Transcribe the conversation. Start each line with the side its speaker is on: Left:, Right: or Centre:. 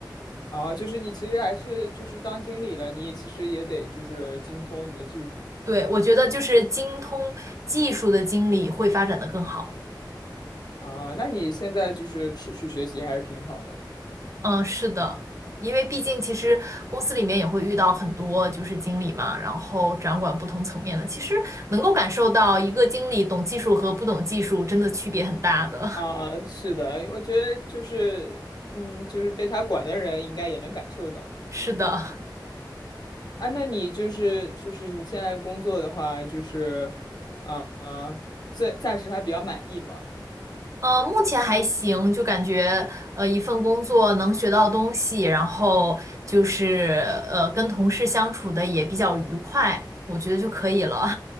Left: 啊！就是你其实还是就是当经理了，你也其实也得就是精通你的技术
Right: 对，我觉得就是精通技术的经理会发展的更好。
Left: 啊。那你现在就是持续学习还是挺好的
Right: 嗯，是的，因为毕竟其实公司里面也会遇到很多就是经理嘛，然后掌管不同层面的，其实能够感受到一个经理懂技术和不懂技术真的区别很大的。
Left: 啊。是的，我觉得就是嗯，就是被他管的人应该也能感受到。
Right: <laughs> 是的，
Left: 啊，那你就是就是你现在工作的话，就是啊、呃，暂暂时还比较满意嘛？
Right: 呃，目前还行，就感觉呃一份工作能学到东西，然后就是呃跟同事相处的也比较愉快，我觉得就可以了。